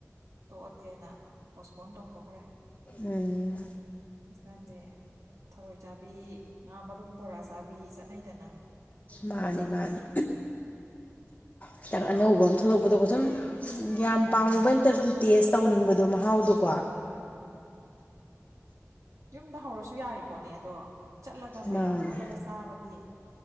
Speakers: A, on the right; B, on the left.
A: ꯇꯣꯛꯑꯂꯦꯅ ꯄꯣꯁꯄꯣꯟ ꯇꯧꯊꯣꯛꯈ꯭ꯔꯦ
B: ꯎꯝ
A: ꯀꯥꯟꯗꯤ ꯊꯔꯣꯏ ꯆꯥꯕꯤ ꯉꯥ ꯃꯔꯨꯝ ꯕꯣꯔ ꯆꯥꯕꯤ ꯆꯠꯅꯩꯗꯅ
B: ꯃꯥꯅꯤ ꯃꯥꯅꯤ ꯈꯤꯇꯪ ꯑꯅꯧꯕ ꯑꯃ ꯊꯣꯛꯂꯛꯄꯗꯀ ꯁꯨꯝ ꯌꯥꯝ
A: ꯎꯝ
B: ꯄꯥꯝꯃꯨꯕꯩꯅꯇ ꯁꯨꯝ ꯇꯦꯁ ꯇꯧꯅꯤꯡꯕꯗꯣ ꯃꯍꯥꯎꯗꯣꯀꯣ
A: ꯍꯣꯏ ꯍꯣꯏ ꯎꯝ ꯌꯨꯝꯗ ꯍꯧꯔꯁꯨ ꯌꯥꯔꯤ ꯄꯣꯠꯅꯦ ꯑꯗꯣ ꯆꯠꯂꯒ ꯃꯌꯥꯝ
B: ꯃꯥꯅꯦ
A: ꯄꯨꯜꯂꯒ ꯆꯥꯕꯒꯤ